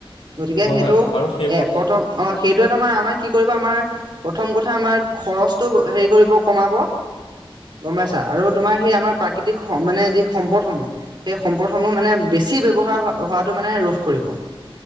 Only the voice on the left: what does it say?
হয়
হয় আৰু সেইবোৰ
হয় হয়
হয়।